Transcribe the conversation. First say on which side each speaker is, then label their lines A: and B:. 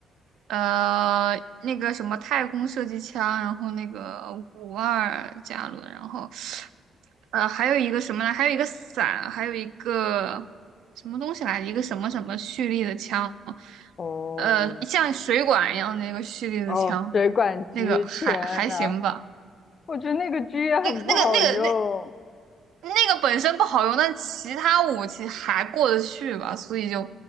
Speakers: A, on the right (about 80°); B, on the left (about 30°).
A: 呃那个什么太空射击枪，然后那个五二加仑，然后呃还有一个什么呢？还有一个伞，还有一个什么东西来着，一个什么什么蓄力的枪，
B: 哦
A: 呃像水管一样的那个蓄力的枪，
B: 哦，水管狙，
A: 那个还还行吧，
B: 天呐，我觉得那个狙也很不好用。
A: 那个那个那个那那个本身不好用，但其他武器还过得去吧，所以就